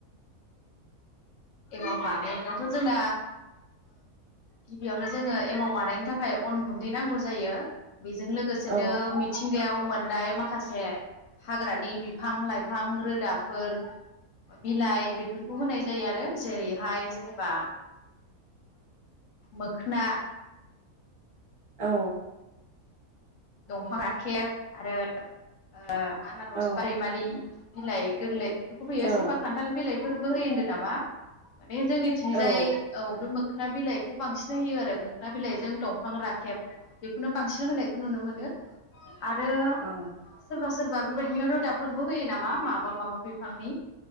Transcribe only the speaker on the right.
औ
औ
औ
औ
औ
औ ओ